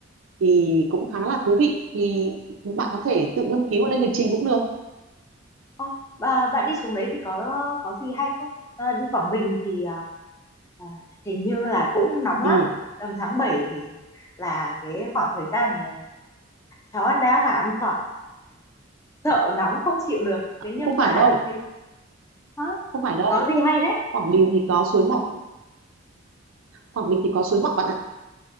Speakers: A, on the right; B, on the left.
A: thì cũng khá là thú vị thì bạn có thể tự ngâm cứu lên lịch trình cũng được
B: Ờ, bà- bạn đi xuống đấy thì có có gì hay không Ờ, đi Quảng Bình thì ờ, Ờ, hình như là cũng nóng lắm
A: Ừ,
B: tầm tháng 7 thì là cái khoảng thời gian là cháu ăn đá gà ăn sỏi sợ nóng không chịu được thế nhưng
A: không phải
B: mà
A: đâu,
B: thì hả?
A: không phải đâu.
B: có gì hay đấy
A: Quảng Bình thì có suối Mọc, Quảng Bình thì có suối Mọc bạn ạ.